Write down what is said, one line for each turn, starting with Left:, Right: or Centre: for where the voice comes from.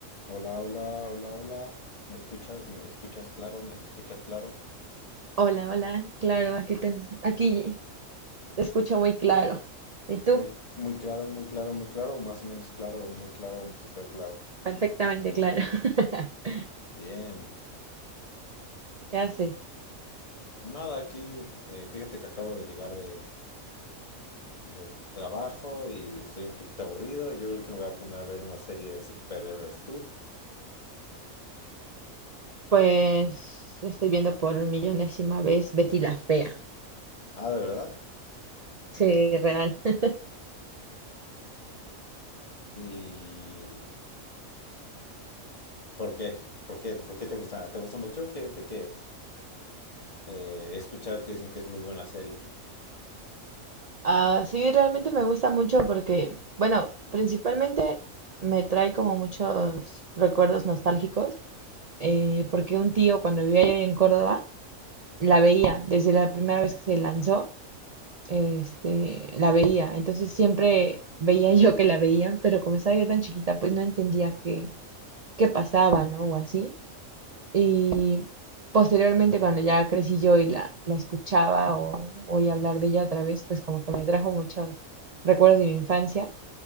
Left: Hola, hola, hola, hola. ¿Me escuchas? ¿Me escuchas claro? ¿Me escuchas claro?
Right: Hola, hola. Claro, aquí te, aquí te escucho muy claro. ¿Y tú?
Left: Muy, muy claro, muy claro, muy claro, más o menos claro, muy claro, súper claro.
Right: Perfectamente claro. <laughs>
Left: Bien.
Right: ¿Qué haces?
Left: Pues Nada, aquí, eh, fíjate que acabo de llegar de, del trabajo y estoy un poquito aburrido. Yo creo que me voy a poner a ver una serie de superhéroes tú.
Right: Pues yo estoy viendo por millonésima vez Betty la Fea.
Left: Ah, ¿de verdad?
Right: Sí, real. <laughs>
Left: ¿Y por qué? ¿Por qué? ¿Por qué te gusta? ¿Te gusta mucho? Fíjate que eh, he escuchado que dicen que es muy buena serie.
Right: Ah, sí, realmente me gusta mucho porque, bueno, principalmente me trae como muchos recuerdos nostálgicos, eh, porque un tío cuando vivía allá en Córdoba la veía desde la primera vez que se lanzó este, la veía. Entonces siempre veía <laughs> yo que la veían, pero como estaba yo tan chiquita, pues no entendía qué, qué pasaba, ¿no? O así. Y posteriormente, cuando ya crecí yo y la, la escuchaba o oí hablar de ella otra vez, pues como que me trajo muchos recuerdos de mi infancia.